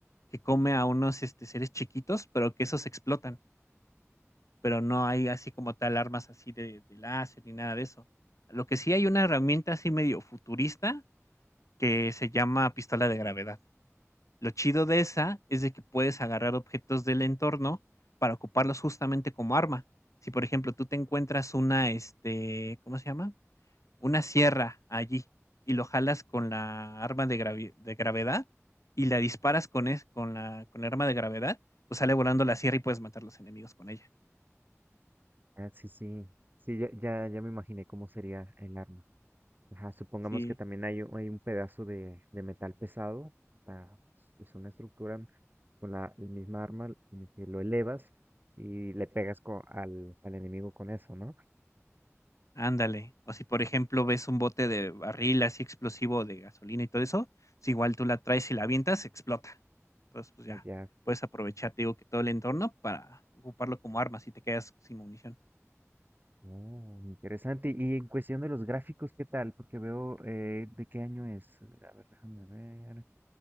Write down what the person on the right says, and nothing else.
Ah, sí, sí, sí, ya, ya, ya me imaginé cómo sería el arma. Ajá, supongamos
que también hay, un- hay un pedazo de, de metal pesado, o sea, es una estructura con la, el misma arma, como que lo elevas y le pegas co- al, al enemigo con eso, ¿no?
Ah,
ya,
Oh, interesante. Y en cuestión de los gráficos, ¿qué tal? Porque veo, eh, ¿de qué año es? A ver, déjame ver.